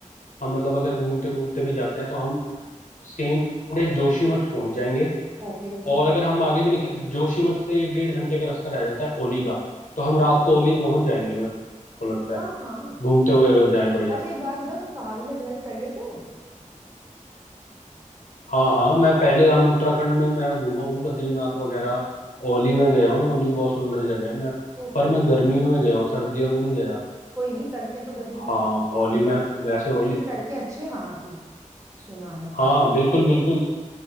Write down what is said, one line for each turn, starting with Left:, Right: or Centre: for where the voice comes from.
Left: हम मतलब अगर घूमते घूमते भी जाते हैं तो हम सेम डे जोशीमठ पहुंच जाएंगे
Right: ओके ठीक
Left: और
Right: है
Left: अगर हम आगे भी निकल जोशीमठ से एक डेढ़ घंटे का रास्ता रह जाता है ओली का तो हम
Right: हाँ
Left: रात को ओली पहुंच जाएंगे मेरे को लगता
Right: हाँ
Left: है
Right: हाँ
Left: घूमते हुए अगर जाएं बढ़िया
Right: अच्छा एक बात बताओ तुम पहाड़ों में ड्राइव कर लेते हो
Left: हाँ हाँ मैं पहले हम उत्तराखंड में मैं घूमा हूँ बद्रीनाथ वगैरह ओली में गया हूँ ओली बहुत सुंदर जगह है मैं
Right: ओके
Left: पर मैं गर्मियों में गया हूँ सर्दियों में नहीं गया
Right: कोई नहीं सड़कें तो गर्मी
Left: हाँ
Right: सर्दी की जैसे
Left: ओली में वैसे ओली
Right: जैसे सड़कें अच्छी हैं वहां की सुना है
Left: हाँ बिल्कुल बिल्कुल